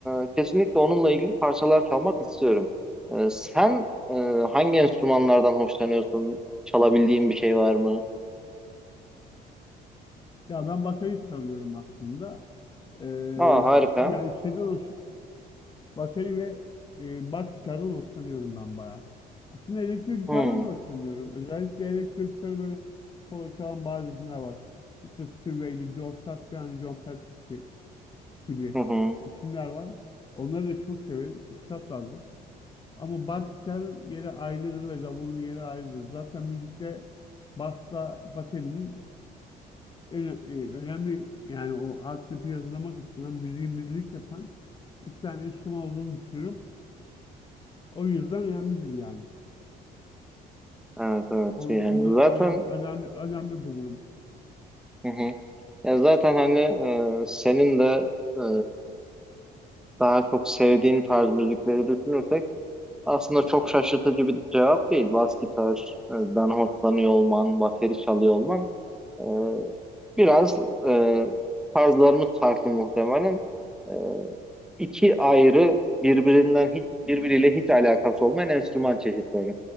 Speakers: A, in the centre; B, on the left.
A: e, kesinlikle onunla ilgili parçalar çalmak istiyorum. Ee, sen e, hangi enstrümanlardan hoşlanıyorsun? Çalabildiğin bir şey var mı?
B: Ya ben bateri çalıyorum aslında. Ee,
A: Aa harika.
B: yani şeyden hoşlanıyorum. Bateri ve e, bas gitardan hoşlanıyorum ben bayağı. Aslında elektro gitardan
A: Hmm.
B: da hoşlanıyorum. Özellikle elektro gitarı böyle solo çalan bazı isimler var. İşte Steve Vai, Joe Satriani, John Petrucci gibi
A: Hı hı.
B: isimler var. Onları da çok severim. Üstatlardır. Ama bas gitarın yeri ayrıdır ve davulun yeri ayrıdır. Zaten müzikte basla baterinin en, e, önemli yani o alt tipi yazılama kısmından müziği müzik yapan iki tane enstrüman olduğunu düşünüyorum. O yüzden önemlidir yani.
A: Evet evet
B: Onu-
A: Şey, yani
B: Onları
A: zaten
B: önemli önemli önemli bulurum.
A: hı hı. Ya zaten hani e, senin de e, daha çok sevdiğin tarz müzikleri düşünürsek Aslında çok şaşırtıcı bir cevap değil. Bas gitardan hoşlanıyor olman, bateri çalıyor olman e, biraz e, tarzlarımız farklı muhtemelen. E, iki ayrı birbirinden hiç birbiriyle hiç alakası olmayan enstrüman çeşitleri.